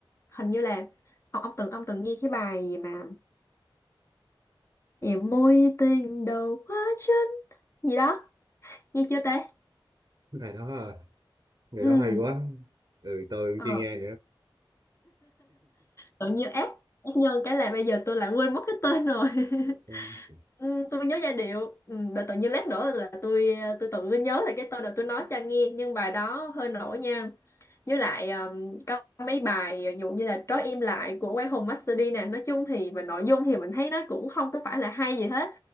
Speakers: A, on the left; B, on the right.
A: hình như là ông, ông từng ông từng nghe cái bài gì mà gì mối tình đầu quá chân gì đó nghe chưa ta
B: này đó à người
A: ừ
B: đó hay quá ừ tôi cũng
A: ờ,
B: chưa nghe
A: tự nhiên ép ép nhân cái là bây giờ tôi lại quên mất cái tên rồi <laughs>
B: nữa
A: Ừ, tôi nhớ giai điệu ừ, và tự nhiên lát nữa là tôi tôi tự tôi nhớ lại cái tên rồi tôi nói cho nghe nhưng bài đó hơi nổi nha với lại um, có mấy bài ví dụ như là Trói im lại của Quang Hùng Master D nè nói chung thì về nội dung thì mình thấy nó cũng không có phải là hay gì hết